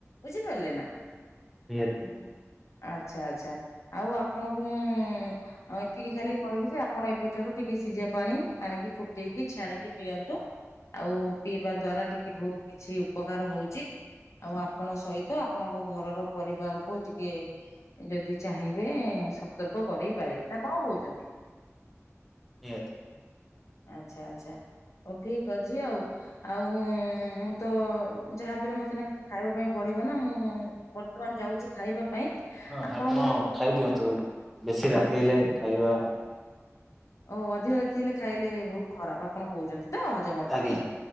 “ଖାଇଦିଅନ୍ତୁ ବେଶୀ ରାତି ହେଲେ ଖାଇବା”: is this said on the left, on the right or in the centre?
Centre